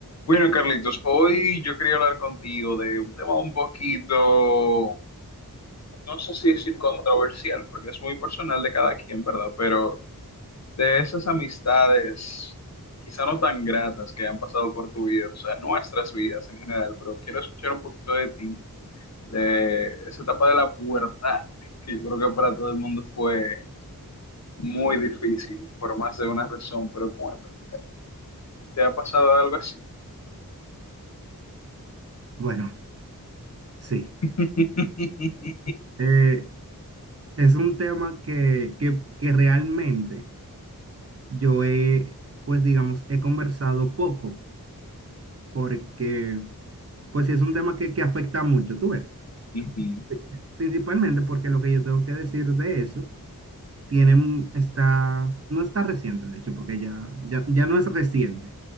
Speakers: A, on the left (about 50°); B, on the right (about 45°).
A: Bueno, Carlitos, hoy yo quería hablar contigo de un tema un poquito, no sé si decir controversial, porque es muy personal de cada quien, ¿verdad? Pero de esas amistades, quizá no tan gratas que han pasado por tu vida, o sea, nuestras vidas en general, pero quiero escuchar un poquito de ti, de esa etapa de la pubertad, que yo creo que para todo el mundo fue muy difícil, por más de una razón, pero cuéntame, ¿te ha pasado algo así?
B: Bueno, sí.
A: <laughs>
B: Eh, es un tema que, que, que realmente yo he, pues digamos, he conversado poco, porque, pues sí, es un tema que, que afecta mucho, tú ves.
A: Ujú.
B: Sí, Principalmente porque lo que yo tengo que decir de eso tiene, un- está, no está reciente, de hecho, porque ya, ya, ya no es reciente,